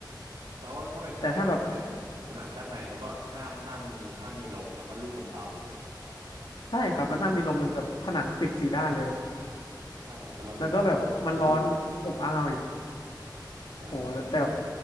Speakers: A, on the right; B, on the left.
A: แล้วถ้าเป็นถ้าเป็นแบบถ้าเป็นสนามด้านในมันก็ห้ามห้ามมีห้ามมีลมนะเพราะลูกมันเบา
B: แต่ถ้าแบบใช่ครับมันห้ามมีลมเลยแบบผนังปิดสี่ด้านเลย
A: ใช่เหมือนกับเราอยู่ในพวกกับตู้อบเลย
B: แล้วก็แบบมันร้อนอบอ้าวอีก
A: ใช่ใช่ใช่
B: โหแล้วแต่แบบ